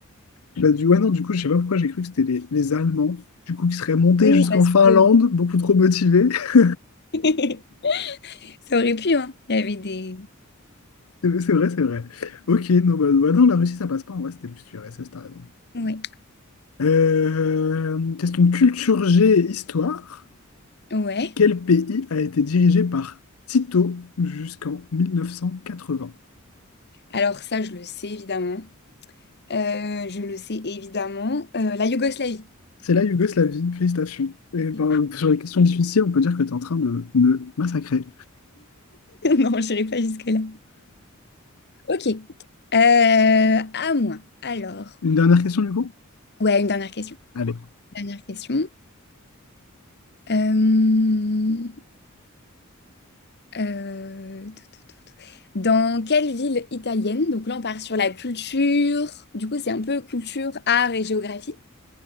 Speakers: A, on the left; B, on the left.
A: Bah du... Ouais, non, du coup, je sais pas pourquoi j'ai cru que c'était les... les Allemands, du coup, qui seraient montés
B: Oui,
A: jusqu'en
B: parce
A: Finlande,
B: que
A: beaucoup trop motivés. <laughs>
B: <laughs> ça aurait pu, hein. Il y avait des.
A: C'est c'est vrai, c'est vrai. Ok, non, bah, bah, non, la Russie, ça passe pas, en vrai, c'était plus du RSS, t'as raison.
B: Ouais.
A: Euh, Question culture G, histoire.
B: Ouais.
A: Quel pays a été dirigé par Tito jusqu'en 1980?
B: Alors ça, je le sais évidemment. Euh, je le sais évidemment. Euh, la Yougoslavie.
A: C'est la Yougoslavie, félicitations. Et ben,
B: <laughs>
A: sur les questions difficiles, on peut dire que tu es en train de me massacrer.
B: Non, je n'irai pas jusque-là. Ok. Euh, à moi. Alors,
A: Une dernière question, du coup?
B: ouais, une dernière question.
A: Allez.
B: Dernière question. Euh, euh, tout, tout, tout, tout. Dans quelle ville italienne, donc là on part sur la culture, du coup c'est un peu culture, art et géographie.